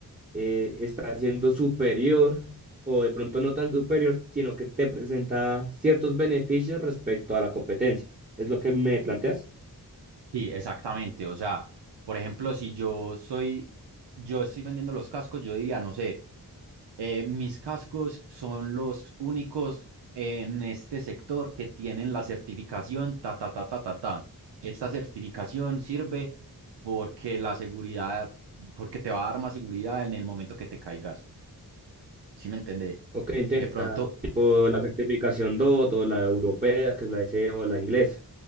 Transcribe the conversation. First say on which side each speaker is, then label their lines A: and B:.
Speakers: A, on the right; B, on the right.
A: eh, está siendo superior o de pronto no tan superior, sino que te presenta ciertos beneficios respecto a la competencia. ¿Es lo que me planteas?
B: Sí, exactamente. O sea, por ejemplo, si yo soy, yo estoy vendiendo los cascos, yo diría, no sé, eh, mis cascos son los únicos en este sector que tienen la certificación ta, ta, ta, ta, ta, ta. Esta certificación sirve porque la seguridad, porque te va a dar más seguridad en el momento que te caigas. ¿Sí me entendés?
A: Ok, entiendo.
B: De pronto,
A: O sea, tipo la certificación DOT o la europea, que es la SE o la inglesa,